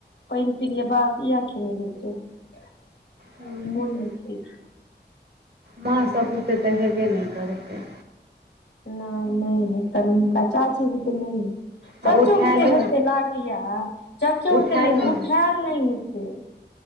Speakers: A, on the left; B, on the right.
A: पाइन पिलियै बस इहे खेने रहि जेबै
B: हूँ
A: मोन नइ छै ठीक
B: माँ
A: ये
B: सब बुते तऽ हेबे नइ करतै
A: नइ नइ हेतैन हुनका चाची बुते नइ हे
B: आ
A: चच्चो
B: उठेलु
A: बुते हेते लागै य चच्चो
B: उठेलु
A: बुते नइ उठायल नइ हेतै